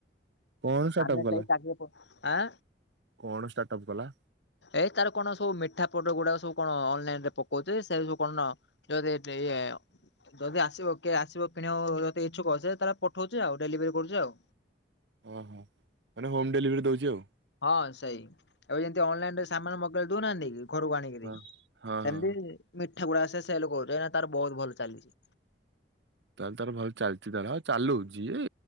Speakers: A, on the right; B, on the left.
A: କଣ ଷ୍ଟାର୍ଟଅପ୍
B: ଆମେ
A: କଲା
B: ସେଇ ଚାକିରି କରୁ ଆଁ
A: କଣ ଷ୍ଟାର୍ଟ ଅପ୍ କଲା?
B: ଏଇ ତାର କଣ ସବୁ ମିଠା ପଦ ଗୁଡାକ ସବୁ କଣ ଅନଲାଇନ୍ ରେ ପକଉଛି ସେ ସବୁ କଣ ଯଦି ଦେଇଏ ଯଦି ଆସିବ, କିଏ ଆସିବ କିଣିବ? ଯଦି ଇଛୁକ ସେ ତାହେଲେ ପଠଉଛି ଆଉ ଡେଲିଭରି କରୁଛି ଆଉ
A: ଓହୋ, ମାନେ ହୋମ୍ ଡେଲିଭରି ଦଉଛି ଆଉ।
B: ହଁ ସେଇ, ଏବେ ଯେମିତି ଅନଲାଇନରେ ସାମାନ୍ ମଗେଇ ଦଉନାହାନ୍ତି କି? ଘରକୁ ଆଣିକିରି
A: ହଁ ହଁ
B: ସେମତି
A: ହଁ
B: ମି ଠାଗୁଡା ସେ ସେଲ୍ କରୁ, ଏଇନା ତାର ବହୁତ ଭଲ ଚାଲିଛି।
A: ତାହେଲେ ତାର ଭଲ ଚାଲିଚି ତାହେଲେ ଆଉ ଚାଲୁ ଯିଏ